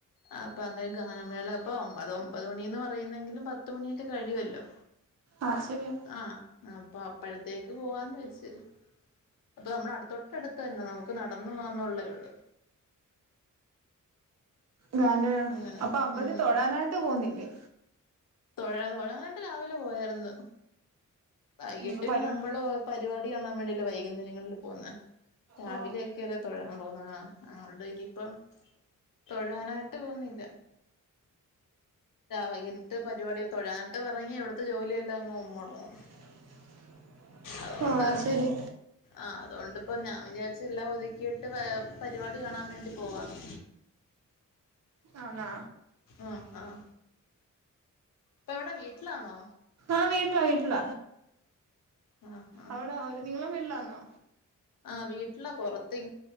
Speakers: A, on the left; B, on the right.
A: ആഹ അപ്പ അങ്ങനെ ഗാനമേള അപ്പോ ഒമ്പത് ഒമ്പത് മണിയെന്ന് പറയുന്നെങ്കിലും പത്തുമണിയൊക്കെ കഴിയുമല്ലോ.
B: ആഹ ശരിയാണ്.
A: ആഹ് അപ്പൊ അപ്പഴത്തേക്ക് പോവാന്ന് വെച്ച്. ഇപ്പോൾ നമ്മുടെ അടുത്ത തൊട്ടടുത് തന്നെ നമുക്ക് നടന്നു പോകന്നെന്നുള്ളേ ഉള്ളൂ.
B: ഗാന
A: അങ്ങനെ
B: അപ്പൊ അമ്പലത്തിൽ
A: ഉം
B: തൊഴാനായിട്ട് പോകുന്നില്ലേ.
A: തൊഴ തൊഴാനായിട്ട് രാവിലെ പോയ യിരുന്നു. വൈകിട്ട്
B: ഇനിയിപ്പോ
A: പിന്നെ
B: പരു
A: നമ്മൾ പരിപാടി കാണാൻ വേണ്ടില്ലേ വൈകുന്നേരങ്ങളിൽ പോകുന്ന രാവിലെ
B: ഓ
A: കേറ തൊഴാൻ പോകുന്നതാണ്. അങ്ങോണ്ട് ഇനിയിപ്പം തൊഴാനായിട്ട് പോകുന്നില്ല. വൈകിട്ട് പരിപാടി തൊഴാനിട്ട് ഇറങ്ങി ഇവിടുത്തെ ജോലിയെല്ലാം അങ്ങ്മുടങ്ങും
B: <inaudible>
A: അതുകൊണ്ട്
B: അത് ശരി
A: ആഹ് അതുകൊണ്ട് ഇപ്പോ ഞാൻ വിചാരിച്ച് എല്ലാം ഒതുക്കിയിട്ട് പരിപാടി കാണാൻ വേണ്ടി പോവാന്
B: ആന്ന
A: ആഹ ആഹ ഇപ്പ എവിടെ വീട്ടിലാണോ.
B: ആഹ വീട്ടില വീട്ടില.
A: ആ ആ
B: അവിട അവര് നിങ്ങളും വീട്ടില്ലന്നോ.
A: ആഹ് വീട്ടിലാ പൊറത്ത് ഇ